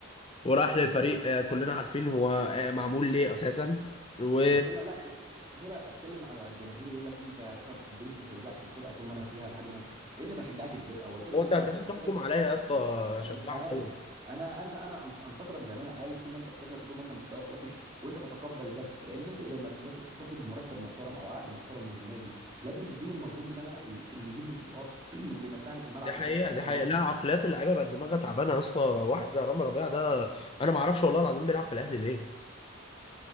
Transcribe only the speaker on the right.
وطلع لا و- وطلع اتكلم على الجماهير يقول لك ايه انت يا باشا ما بتحبنيش ما تشجعش الفرقه طول ما انا فيها لحد ما امشي ايه اللي ما شجعش الفرقه هو الفرقه
دي بتاعتك
الفرقه دي
انا
مش عارف
انا انا انا أن- انتقدك زي ما انا عايز طول ما انت بتغلط وطول ما انت مستواك وحش وانت تتقبل ده لان انت زي ما بتاخ- بتاخد مرتب محترم او عقد محترم من النادي لازم تديني المردود اللي انا اللي يجيب لي بطولات <clears throat> واللي يمتعني في الملعب
وكده
فاهم
قصدي